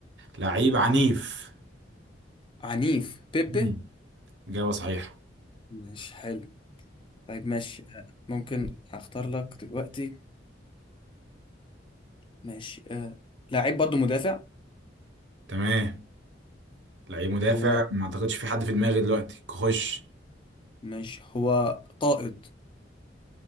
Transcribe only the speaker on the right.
لعيب عنيف
مم. إجابة صحيحة
تمام لعيب مدافع
ما اعتقدش في حد في دماغي دلوقتي خش